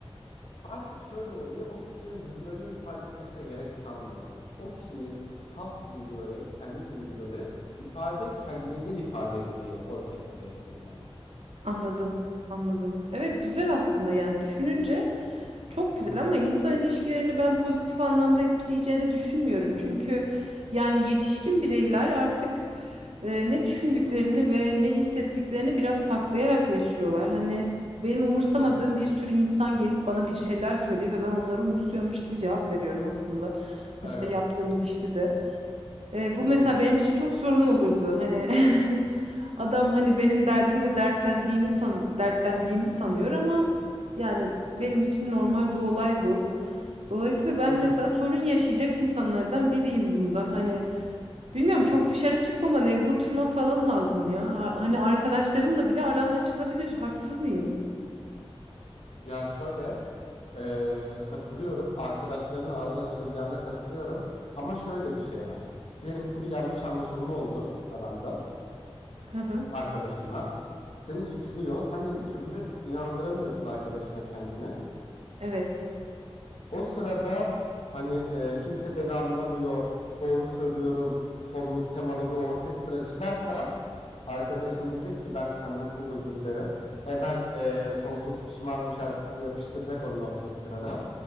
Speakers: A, on the left; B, on the right.
A: Artık şöyle oluyor, o kişinin duygularını ifade etmesine gerek kalmıyor. O kişinin saf duyguları, kendi duyguları ifade kendiliğinden ifade ediliyor orkestra eşliğinde.
B: Anladım, anladım. Evet güzel aslında yani düşününce çok
A: Hı
B: güzel
A: hı.
B: ama insan ilişkilerini ben pozitif anlamda etkileyeceğini düşünmüyorum. Çünkü yani yetişkin bireyler artık e, ne düşündüklerini ve ne hissettiklerini biraz taklayarak yaşıyorlar. Hani benim umursamadığım
A: Hı hı.
B: bir sürü insan gelip bana bir şeyler söylüyor ve ben onları umursuyormuş gibi cevap veriyorum aslında.
A: Evet.
B: Mesela yaptığımız işte de. E, bu
A: Hı hı.
B: mesela benim için çok sorun olurdu. Hani <laughs> adam hani benim derdimle dertlendiğini san dertlendiğimi sanıyor ama yani benim için normal bir olay bu. Dolayısıyla ben
A: Hı hı.
B: mesela sorun yaşayacak insanlardan biriyim bunda. Hani bilmiyorum
A: Hı hı.
B: çok dışarı çıkmaman, evde oturman falan lazım ya. Ar- Hani arkadaşların da bile aran açılabilir. Haksız mıyım?
A: Ya şöyle eee, katılıyorum. Arkadaşlarının aran açılacağına katılıyorum. Ama şöyle de bir şey var. Diyelim ki bir yanlış anlaşılma oldu aranda
B: Hı hı.
A: arkadaşınla. Seni suçluyor. Sen de bir türlü inandıramıyorsun arkadaşına kendini.
B: Evet.
A: O sırada hani e, kimse beni anlamıyor, doğru söylüyorum tonlu temalı bir orkestra çıkarsa arkadaşın diyecek ki ben senden çok özür dilerim. Hemen e, Sonsuz Pişmanım şarkısını yapıştıracak onun orkestrada.